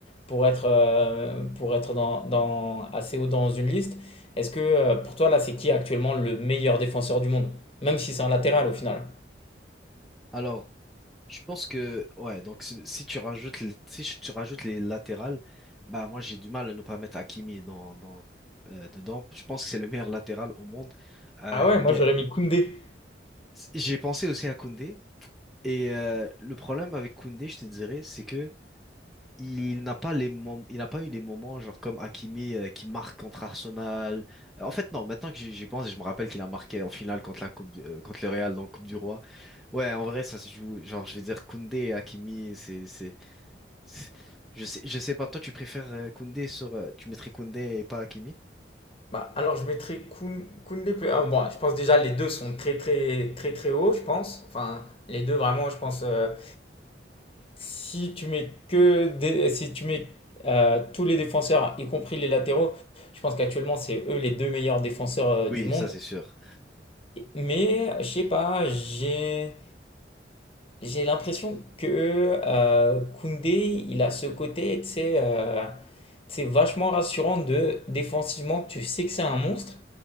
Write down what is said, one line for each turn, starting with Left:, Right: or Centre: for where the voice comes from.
Left: pour être, euh, pour être dans, dans- assez haut dans une liste. Est-ce que euh, pour toi, là, c'est qui actuellement le meilleur défenseur du monde? Même si c'est un latéral au final.
Centre: Alors, Je pense que ouais donc si si tu rajoutes les- si je- tu rajoutes les latérales bah moi j'ai du mal à ne pas mettre Hakimi dans dans euh, dedans je pense que c'est le meilleur latéral au monde Euh,
Left: Ah ouais,
Centre: le
Left: moi
Centre: gars
Left: j'aurais mis Koundé.
Centre: j'ai pensé aussi à Koundé et euh, le problème avec Koundé je te dirais c'est que il n'a pas les mom- il n'a pas eu les moments genre comme Hakimi euh, qui marque contre Arsenal Euh, en fait non maintenant que j'y j'y pense je me rappelle qu'il a marqué en finale contre la coupe du- euh, contre le Real dans la Coupe du Roi ouais en vrai ça se joue genre je vais dire Koundé et Hakimi c'est c'est c'est- Je sais, je sais pas, toi tu préfères euh, Koundé sur. euh, tu mettrais Koundé et pas Hakimi?
Left: Bah, alors je mettrais Koun- Koundé plus. ah, bon, je pense déjà les deux sont très très très très hauts, je pense. Enfin, les deux vraiment, je pense. euh, si tu mets que des- si tu mets euh, tous les défenseurs, y compris les latéraux, je pense qu'actuellement c'est eux les deux meilleurs défenseurs euh,
Centre: Oui,
Left: du monde.
Centre: ça c'est sûr.
Left: Mais je sais pas, j'ai J'ai l'impression que euh, Koundé, il a ce côté, tu sais, euh, tu sais, vachement rassurant de défensivement, tu sais que c'est un monstre,